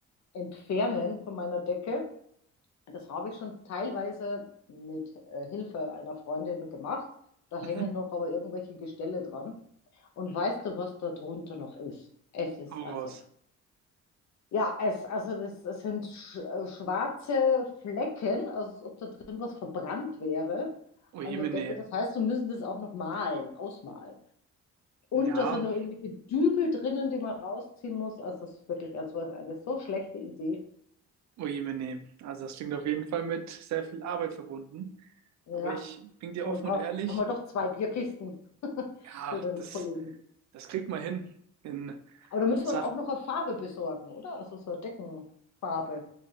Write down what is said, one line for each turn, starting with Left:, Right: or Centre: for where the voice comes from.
Left: entfernen von meiner Decke. Das habe ich schon teilweise mit äh, Hilfe einer Freundin gemacht. Da hängen
Right: Mhm.
Left: noch aber irgendwelche Gestelle dran. Und weißt du, was da drunter noch ist? Es ist
Right: Hau
Left: also
Right: raus.
Left: ja, es, also das, es sind sch äh, schwarze Flecken, also als ob da drin was verbrannt wäre
Right: Oh
Left: an
Right: Jemine.
Left: der Decke. Das heißt, wir müssen das auch noch malen, ausmalen. Und
Right: Ja,
Left: da sind noch irgendwelche Dübel drinnen, die man rausziehen muss. Also es ist wirklich, es war eine so schlechte Idee.
Right: Oh je, meine. Also das klingt auf jeden Fall mit sehr viel Arbeit verbunden.
Left: Ja,
Right: Aber ich bin dir
Left: wir
Right: offen
Left: brauchen
Right: und ehrlich,
Left: wir doch zwei Bierkisten <laughs>
Right: ja,
Left: für den
Right: das,
Left: Kollegen.
Right: das kriegt man hin in
Left: Aber da müssen
Right: Sachen.
Left: wir auch noch eine Farbe besorgen, oder? Also so eine Deckenfarbe.